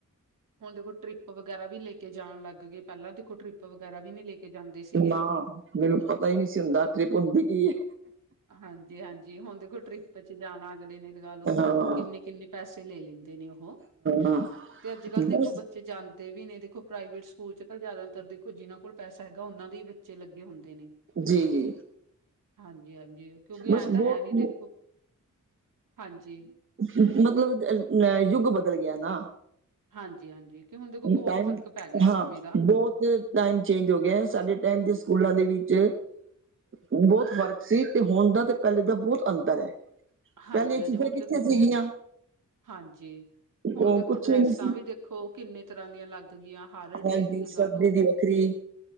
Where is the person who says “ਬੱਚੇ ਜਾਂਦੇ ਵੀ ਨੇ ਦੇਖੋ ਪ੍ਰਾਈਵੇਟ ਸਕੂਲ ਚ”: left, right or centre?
Right